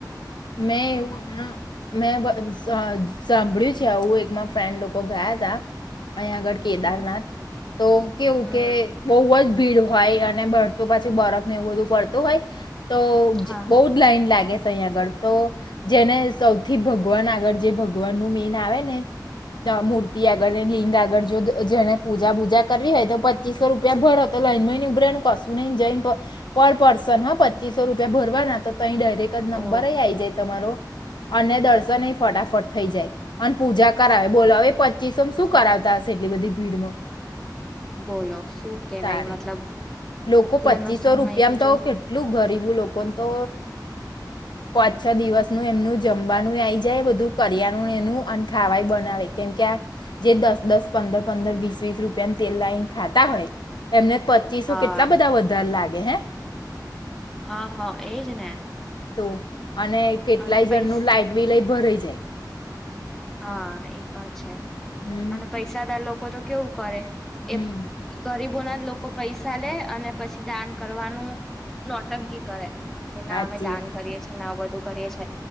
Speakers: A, on the left; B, in the centre.
A: મેં એવું હમણાં મેં સાંભળ્યું છે આવું એકમાં ફ્રેન્ડ લોકો ગયા તા અહીંયા આગળ કેદારનાથ
B: હમ
A: તો કેવું
B: હમ
A: કે બહુ જ ભીડ હોય અને બળતો પછી બરફને એવું બધું પડતો હોય. તો
B: હા હા
A: બહુ જ લાઈન લાગે છે. અહીંયા આગળ. તો જેને સૌથી ભગવાન આગળ જે ભગવાન નું મેન આવે ને મૂર્તિ આગળ લિંગ આગળ જો જેને પૂજા પૂજા કરવી હોય તો પચીસો રૂપિયા ભર તો લાઈન મહિ ઉભી રેવાનુ કશું નહી જઈ પર પર્સન હા પચીસો રૂપિયા ભરવાના. ડરેક જ નંબર
B: ઓ
A: આવી જાય તમારો અને દર્શન ફટાફટ થઈ જાય. પૂજા કરાવે બોલો પચીસોમ શું કરાવતા હશે એટલી બધી ભીડમાં.
B: બોલો શું કેવાય
A: તારે
B: મતલબ
A: લોકો
B: અત્યારનો
A: પચીસો
B: સમય
A: રૂપિયામાં તો
B: જો
A: કેટલું ગરીબ હુ લોકોન તો પાચ છ દિવસ નું એમનું જમવાનું આ જાય બધું કરી. એેનુ નેનુ પણ ખાવાય બનાવે કેમ કે આ જે દસ દસ પંદર પંદર વીસ વીસ રૂપિયા તેલ લાઈન ખાતા હોય એમને પચીસો
B: હા
A: કેટલા બધા વધાર લાગે હે.
B: હા એજ ને
A: તો અને કેટલાય
B: અને
A: જણનું
B: પૈસ
A: લાઈટ બીલ ભરાઈ જાય. જે
B: હા એ પણ છે
A: હમ
B: અને પૈસાદાર લોકો તો કેવું કરે
A: હમ
B: એ ઘર ગરીબો ના જ લોકો પૈસા લે અને પછી દાન કરવાનું નોટંકી કરે. કે ના
A: હાચી
B: અમે દાન
A: વાત
B: કરીએ છીએ ના બધું કરીએ છીએ